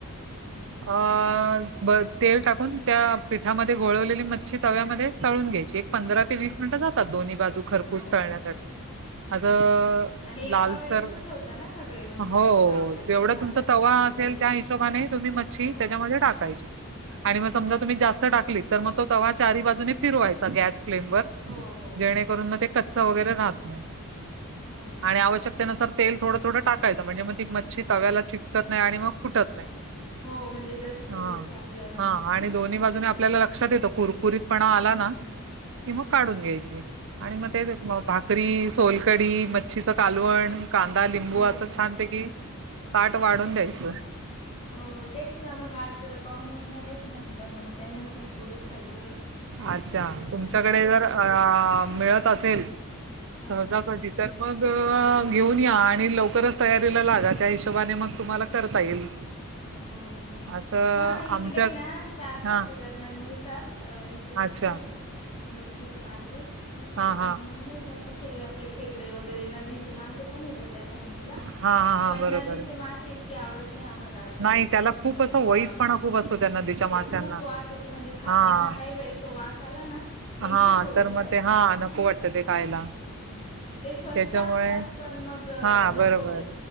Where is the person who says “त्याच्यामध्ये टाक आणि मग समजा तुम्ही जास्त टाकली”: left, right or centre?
Right